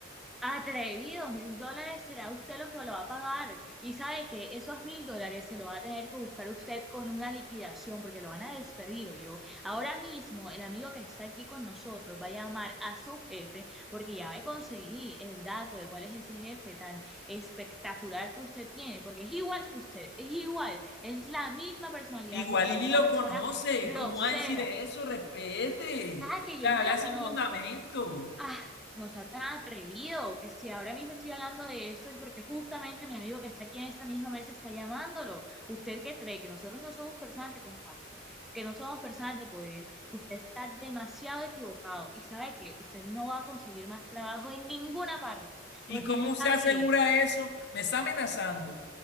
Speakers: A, in the centre; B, on the left (about 55°).
A: Atrevido, mil dólares será usted lo que lo va a pagar. Y sabe que esos mil dólares se lo va a tener que buscar usted con una liquidación porque lo van a despedir o yo. Ahora mismo el amigo que está aquí con nosotros va a llamar a su jefe porque ya me conseguí el dato de cuál es ese jefe tan espectacular que usted tiene, porque es igual que usted, es igual, es la misma personalidad
B: Igual
A: de usted,
B: y ni
A: una
B: lo
A: persona
B: conoce.
A: grosera.
B: ¿Cómo va a decir eso? Respete.
A: Ah, que
B: Te
A: yo
B: habla
A: no lo
B: sin
A: conozco.
B: fundamento.
A: Ah, no sea tan atrevido, que si ahora mismo estoy hablando de esto es porque justamente mi amigo que está aquí en esta misma mesa está llamándolo. ¿Usted qué cree? Que nosotros no somos personas de contacto, que no somos personas de poder. Usted está demasiado equivocado y sabe que usted no va a conseguir más trabajo en ninguna parte, porque
B: ¿Y cómo
A: nadie,
B: se asegura eso? Me está amenazando. O